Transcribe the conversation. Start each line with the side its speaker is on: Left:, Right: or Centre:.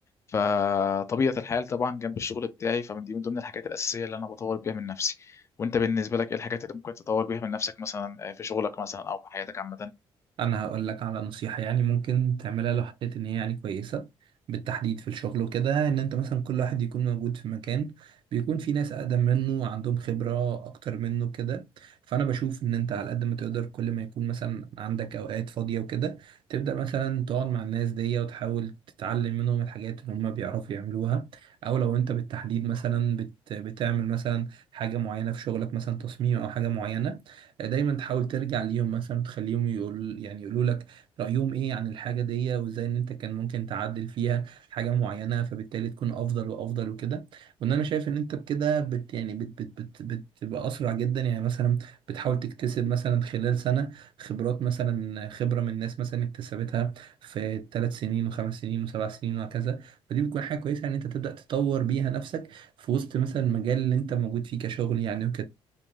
Left: فطبيعة الحال طبعا جنب الشغل بتاعي فمن دي من ضمن الحاجات الأساسية اللي انا بطور بيها من نفسي وانت بالنسبة لك ايه الحاجات اللي ممكن تطور بيها من نفسك مثلا آه، في شغلك مثلا او في حياتك عامة
Right: انا هقول لك على نصيحة يعني ممكن تعملها لو حسيت ان هي يعني كويسة بالتحديد في الشغل وكده ان انت مثلا كل واحد يكون موجود في مكان بيكون في ناس اقدم منه وعندهم خبرة اكتر منه كده فانا بشوف ان انت على قد ما تقدر كل ما يكون مثلا عندك اوقات فاضية وكده تبدأ مثلا تقعد مع الناس دي وتحاول تتعلم منهم الحاجات اللي هم بيعرفوا يعملوها او لو انت بالتحديد مثلا بت... بتعمل مثلا حاجة معينة في شغلك مثلا تصميم او حاجة معينة دايما تحاول ترجع ليهم مثلا تخليهم يقول يعني يقولوا لك رأيهم ايه عن الحاجة دي وازاي ان انت كان ممكن تعدل فيها حاجة معينة فبالتالي تكون افضل وافضل وكده وان انا شايف ان انت بكده بت يعني بت بت بت بتبقى اسرع جدا يعني مثلا بتحاول تكتسب مثلا خلال سنة خبرات مثلا خبرة من الناس مثلا اكتسبتها في ثلاث سنين وخمس سنين وسبع سنين وهكذا فدي بتكون حاجة كويسة ان انت تبدأ تطور بيها نفسك في وسط مثلا المجال اللي انت موجود فيه كشغل يعني